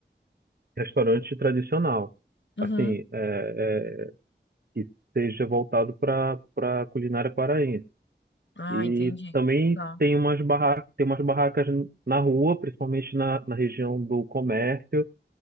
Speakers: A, on the right; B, on the left.
A: restaurante tradicional,
B: Uhum.
A: assim, é, é, que seja voltado para para culinária paraense.
B: Ah,
A: E
B: entendi.
A: também
B: Tá.
A: tem umas barracas, tem umas barracas na rua, principalmente na, na região do comércio,